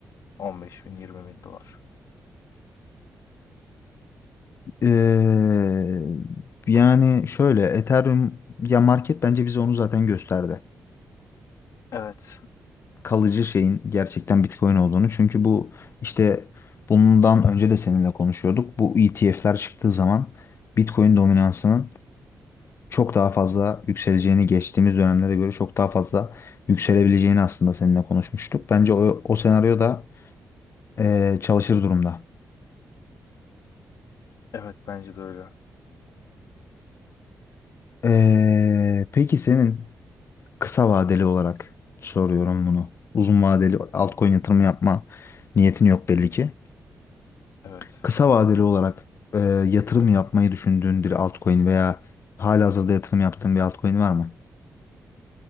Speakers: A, on the left (about 80°); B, on the left (about 45°).
A: 15 bin, 20 bin dolar.
B: eee, yani şöyle Ethereum ya market bence bize onu zaten gösterdi.
A: Evet,
B: kalıcı şeyin gerçekten Bitcoin olduğunu. Çünkü bu işte bundan önce de seninle konuşuyorduk. Bu ETF'ler çıktığı zaman Bitcoin dominansının çok daha fazla yükseleceğini geçtiğimiz dönemlere göre çok daha fazla yükselebileceğini aslında seninle konuşmuştuk. Bence o, o senaryo da eee, çalışır durumda.
A: evet bence de öyle.
B: Eee, peki senin kısa vadeli olarak soruyorum bunu. Uzun vadeli altcoin yatırımı yapma niyetin yok belli ki.
A: Evet.
B: kısa vadeli olarak e, yatırım yapmayı düşündüğün bir altcoin veya halihazırda yatırım yaptığın bir altcoin var mı?